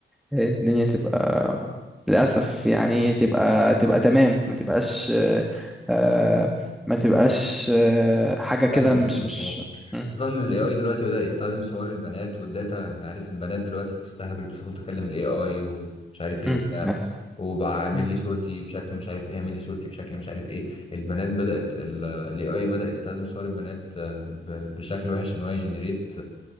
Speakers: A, in the centre; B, on the left (about 30°).
A: الدنيا تبقى للأسف يعني تبقى تبقى تمام ما تبقاش آه، ما تبقاش آه، حاجة كده
B: فاهم
A: مش
B: قصدك
A: مش
B: اه
A: م-
B: خصوصا ان الاي اي
A: م-
B: دلوقتي بدأ يستخدم صور البنات والداتا انت عارف البنات دلوقتي بتستهبل بتدخل تكلم الاي اي ومش عارف ايه
A: م-
B: وبتاع
A: للأسف
B: وبقى اعمل
A: م-
B: لي صورتي بشكل مش عارف ايه اعمل لي صورتي بشكل مش عارف ايه البنات بدأت الاي اي بدأ يستخدم صور البنات آه، ب- بشكل وحش ان هو يجنريت